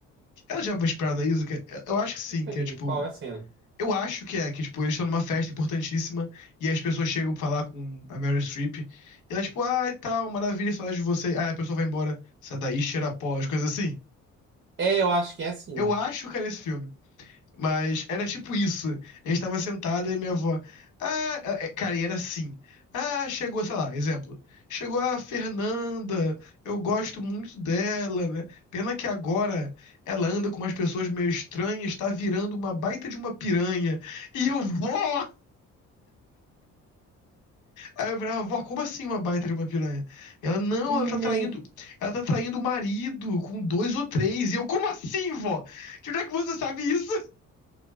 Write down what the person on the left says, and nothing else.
Era o Diabo Veste Prada isso? Que- é, Eu acho que sim,
que é tipo.
Eu acho que é, que, tipo, eles estão numa festa importantíssima e as pessoas chegam pra falar com a Meryl Streep e ela, tipo, ai, tal, maravilha, saudade de você. ah a pessoa vai embora, sai daí, cheira pó, as coisas assim.
Eu acho que era esse filme. Mas era tipo isso. A gente tava sentada e minha avó, ah, é, é, cara, e era assim. Ah, chegou, sei lá, exemplo. Chegou a Fernanda, eu gosto muito dela, né? Pena que agora ela anda com umas pessoas meio estranhas, tá virando uma baita de uma piranha. E eu, vó! Aí eu virava, vó, como assim uma baita de uma piranha? Ela, não,
ela tá traindo, ela tá traindo o marido com dois ou três. E eu, como assim, vó? De onde é que você sabe isso?